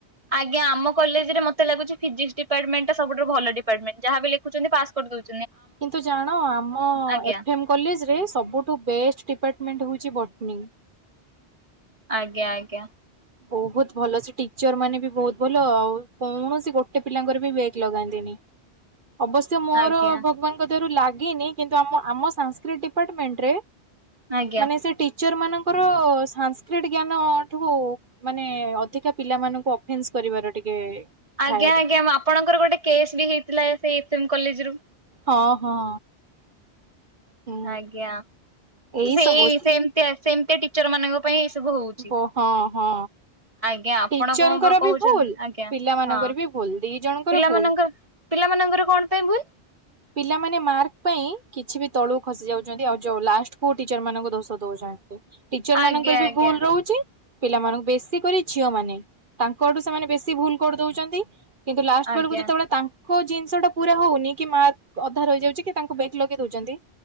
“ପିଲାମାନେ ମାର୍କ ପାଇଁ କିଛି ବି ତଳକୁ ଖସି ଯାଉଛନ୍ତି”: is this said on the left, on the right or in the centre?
Right